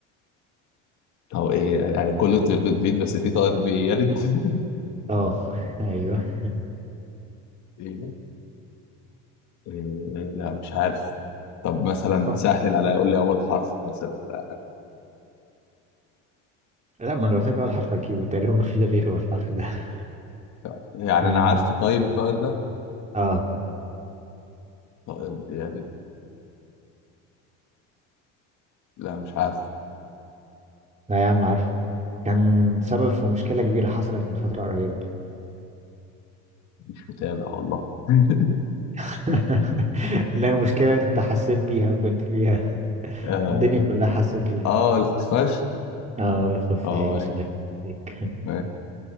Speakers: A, on the left; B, on the right.
A: هو ايه يعني كله طير بتبيض بس في طائر بيلد <laughs>
B: اه <laughs> ايوه
A: ايه ده إيه لا مش عارف طب مثلا
B: ما فكر
A: سهل عليا يقول لي اول حرف مثلا ولا حاجة.
B: لا ما انا قلت لك اول حرف هجيبه تقريبا ما فيش غيره هو الحرف ده <laughs>
A: لا. يعني
B: اه
A: انا عارفه طيب الطائر ده
B: آه.
A: طائر بيلد لا مش عارف
B: لا يا عم عارف كان سبب في مشكلة كبيرة حصلت من فترة قريبة
A: مش متابع والله <laughs>
B: <laughs> لا مشكلة انت حسيت بيها وكنت فيها <laughs>
A: اه
B: الدنيا كلها حسيت بيها
A: آه، الخفاش
B: اه يخف
A: اه
B: عيش
A: ماشي
B: الله يخف عليك
A: ماشي